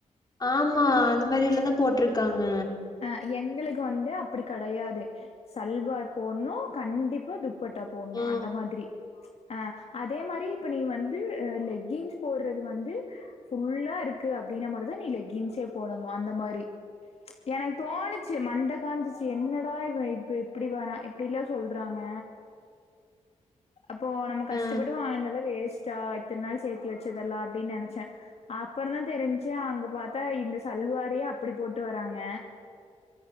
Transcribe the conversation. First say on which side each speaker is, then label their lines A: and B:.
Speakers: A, on the left (about 30°); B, on the left (about 55°).
A: ஆமா அந்த மாதிரி இல்லதான் போட்ருக்காங்க
B: அஹ் எங்களுக்கு வந்து அப்படி கேடையாது சல்வார் போடனும் கண்டிப்பா து துபட்ட போடணும்
A: ம்
B: அந்த மாதிரி ஆஹ் அதே மாரி இப்ப நீ வந்து அ லெக்கின்ஸ் போடுறது வந்து ஃபுல்லா இருக்கு அப்டின்னா மட்டு தா நீ லெக்கின்சே போடணு அந்த மாரி எனக்கு தோணுச்சு மண்ட காஞ்சிச்சு என்னடா இவ இப் ப இப்டி வரா இப்டிலா சொல்றாங்க அப்போ நம்ம
A: ஆ
B: கஷ்டப்பட்டு வாங்குனதெல்லா வேஸ்ட்டா இத்தன் நாள் சேத்தி வச்சதெல்லா அப்டி நெனச்சே அப்புற தா தெரிஞ்சு அங்க பாத்தா இந்த சல்வாரையே அப்டி போட்டு வராங்க